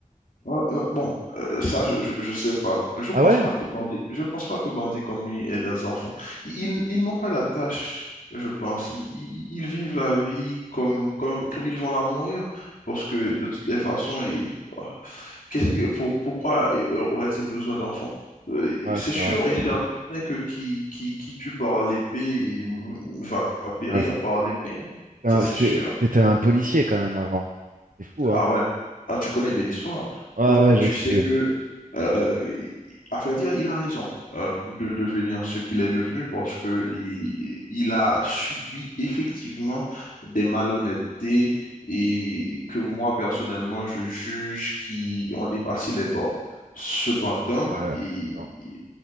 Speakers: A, on the left; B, on the right.
A: Ouais, euh, bon, euh, ça, je, je, je sais pas. Je
B: Ah
A: pense
B: ouais?
A: pas que bandit, je pense pas que bandit comme lui aide des enfants. Ils, ils n'ont pas la tâche, je pense. Ils, ils- ils vivent la vie comme, comme, comme ils vont la mourir. Parce que de toutes les façons, ils- ah, qu'est-ce que- pour- pourquoi euh, aurait-il besoin d'enfants? Euh,
B: Ouais,
A: C'est
B: c'est
A: sûr
B: vrai.
A: et certain que qui, qui, qui tue par l'épée il va périr
B: Ouais, c'était
A: par l'épée. hein.
B: un,
A: Ça, c'est
B: c'était-
A: sûr.
B: c'était un policier, quand même, avant. C'est fou,
A: Ah
B: hein?
A: ouais. Ah, tu connais bien l'histoire.
B: Ouais,
A: Donc,
B: ouais, j'ai
A: tu
B: su.
A: sais que, euh, il- à vrai dire, il a raison euh, de devenir ce qu'il est devenu parce que il, il a subi effectivement des malhonnêtetés et que moi, personnellement, je juge qui ont dépassé les bords. Cependant,
B: Ouais,
A: il-
B: c'est dur.
A: il-